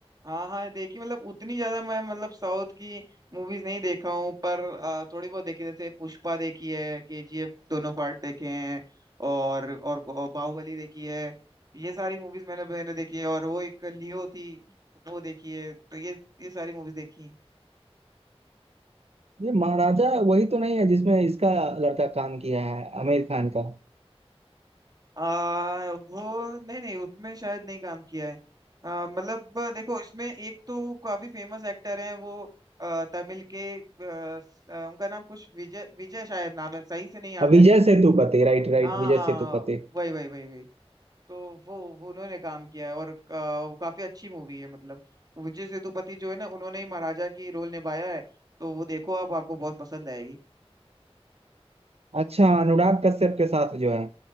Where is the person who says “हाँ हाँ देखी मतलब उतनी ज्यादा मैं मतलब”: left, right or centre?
Right